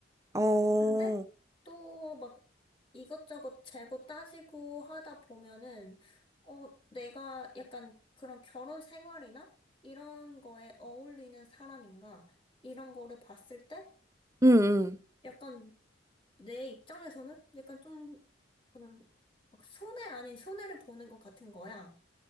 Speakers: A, on the right; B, on the left.
A: 어,
B: 근데 또 막 이것저것 재고 따지고 하다 보면은, 어, 내가 약간 그런 결혼 생활이나 이런 거에 어울리는 사람인가? 이런 거를 봤을 때
A: 응, 응.
B: 약간 내 입장에서는 약간 좀 그런 막 손해 아닌 손해를 보는 것 같은 거야.